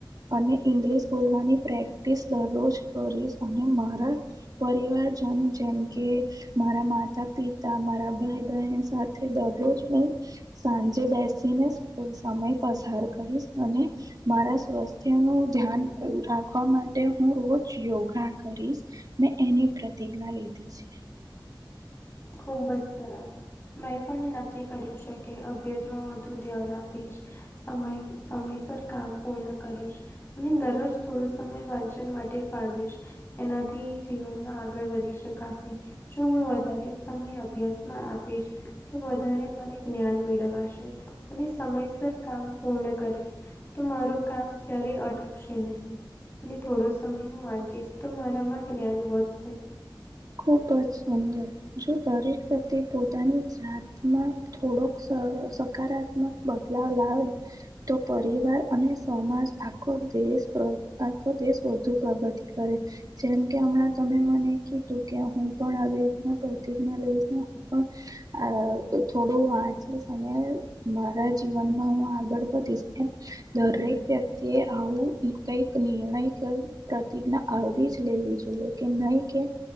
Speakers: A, on the right; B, on the left.
A: અને ઇંગ્લિશ બોલવાની પ્રેક્ટિસ દરરોજ કરીશ અને મારા પરિવારજન જેમ કે મારા માતા પિતા મારા ભાઈ બહેન સાથે દરરોજ હું સાંજે બેસીને સમય પસાર કરીશ અને મારા સ્વાસ્થ્ય નું ધ્યાન રાખવા માટે હું રોજ યોગા કરીશ. મેં એની પ્રતિજ્ઞા લીધી છે.
B: ખુબ જ સરસ. મેં પણ નક્કી કર્યું છે કે અભ્યાસમાં વધુ ધ્યાન આપીશ. સમય સમયસર કામ પૂર્ણ કરીશ. અને દરરોજ થોડો સમય વાંચન માટે ફાળવીશ. એનાથી જીવનમાં આગળ વધી શકાશે જો હું વધારે સમય અભ્યાસમાં આપીશ તો વધારે મને જ્ઞાન મેડવાશે અને સમયસર કામ પૂર્ણ કરીશ તો મારું કામ ક્યારેય અટકશે નહીં. અને થોડો સમય હું વાંચીશ તો મારામાં જ્ઞાન વધશે.
A: ખૂબ જ સુંદર જો દરેક વ્યક્તિ પોતાની જાતમાં થોડોક સ સકારાત્મક બદલાવ લાવે. તો પરિવાર અને સમાજ આખો દેશ પ્ર આખો દેશ વધુ પ્રગતિ કરે. જેમ કે હમણાં તમે મને કીધું કે હું પણ આવી રીતના પ્રતિજ્ઞા લઈશને હું પણ અ થોડું વાંચીશ અને મારા જીવનમાં હું આગળ વધીશ એમ દરેક વ્યક્તિએ આવું કઈક નિર્ણય કે પ્રતિજ્ઞા આવી જ લેવી જોઈએ કે નહી કે